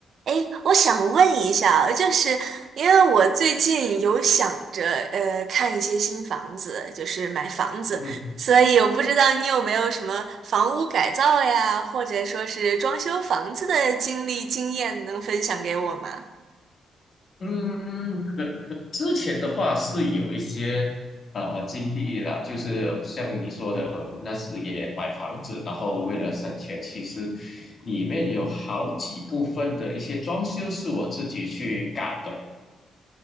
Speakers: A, on the right (about 65°); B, on the left (about 50°).
A: 诶，我想问一下，就是因为我最近有想着呃看一些新房子，就是买房子，
B: 嗯
A: 所以我不知道你有没有什么房屋改造呀，或者说是装修房子的经历经验能分享给我吗？
B: 嗯，可可之前的话是有一些啊呃经历了，就是像你说的，那时也买房子，然后为了省钱，其实里面有好几部分的一些装修是我自己去搞的。